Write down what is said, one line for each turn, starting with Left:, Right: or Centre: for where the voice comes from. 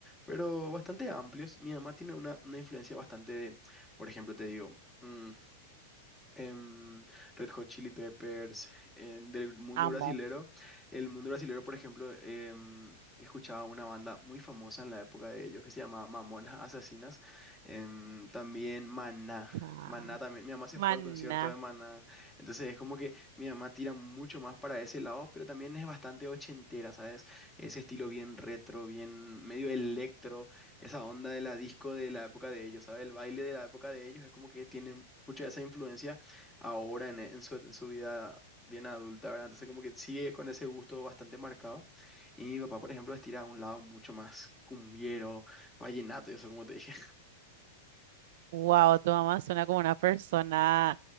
Left: pero bastante amplios. Mi mamá tiene una, una influencia bastante de, por ejemplo, te digo, mm, em, Red Hot Chili Peppers, en- del mundo
Right: Amo.
Left: brasilero. El mundo brasilero, por ejemplo, em, escuchaba una banda muy famosa en la época de ellos que se llamaba Mamonas Asesinas. Em, también Maná.
Right: Ah,
Left: Maná también, mi mamá se fue
Right: Maná.
Left: al concierto de Maná, entonces es como que mi mamá tira mucho más para ese lado, pero también es bastante ochentera, ¿sabes? Ese estilo bien retro, bien medio electro, esa onda de la disco de la época de ellos, ¿sabes? El baile de la época de ellos es como que tiene mucha de esa influencia ahora en, en su, en su vida bien adulta, ¿verdad? Entonces como que sigue con ese gusto bastante marcado. Y mi papá, por ejemplo, estira a un lado mucho más cumbiero, vallenato y eso, como te dije.
Right: Wow, tu mamá suena como una persona.